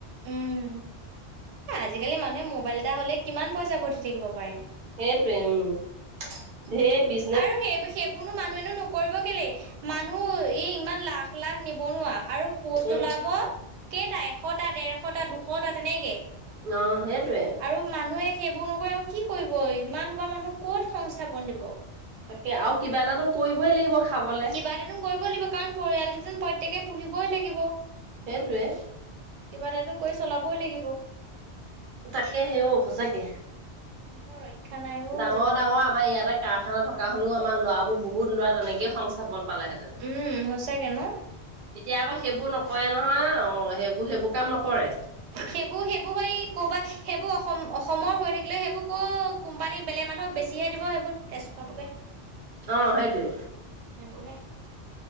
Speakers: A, on the right; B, on the right.
A: উম, আজিকালি মানুহে মোবাইল এটা হলে কিমান পইচা ঘটি থাকিব পাৰে
B: সেইটোৱে উম ধঢেৰ বি
A: আৰু সেই সেইবোৰনো মানুহনো ন কৰিব কেলে মানুহ এই ইমান লাখ লাখ নিবনোৱাৰা আৰু পোষ্ট
B: উম
A: ওলাব কেইটা এশটা ডেৰশটা দুশটা তেনেকে
B: অ হেে
A: আৰু মানুহে সেইবোৰ নকৰি আৰু কি কৰিব ইমানহো বা মানুহ কত সংস্থাপন দিব
B: তাকে আৰু কিবা এটাটো কৰিবই লাগিব খাবলে
A: কিবা এটান কৰিবই লাগিব কাৰণ পৰিয়ালটো প্ৰত্যেকেই পুহিবই লাগিব
B: সেইটোৱে
A: কিবা এটাাতন কৰি চলাবই লাগিব
B: তাকে হে সঁচাকে
A: মানুহৰ ৰক্ষা নাই অ
B: ডাঙৰ
A: আজিকালি
B: ডাঙৰ আমাৰ ইয়াতে কাৰখানা থকা হলেও আমাৰ লৰাবোৰ বহুত লৰা তেনেকেই সংস্থাপন পালেহেতেন
A: উম সঁচাকে ন
B: এতিয়া আকৌ সেইবোৰ নকৰে নহয় অ সেইবোৰ সেইবোৰ কাম নকৰে
A: সেইবোৰ সেইবোৰ স কৰ'বাত সেইবোৰ অসম অসমৰ হৈ থাকিলে সেইবোৰ ক' কোম্পানী বেলেগ মানুহক বেছিহে দিব সেইবোৰ তেজ খোৱ বকে
B: অ সেইটোৱে
A: সেইবোৰ হে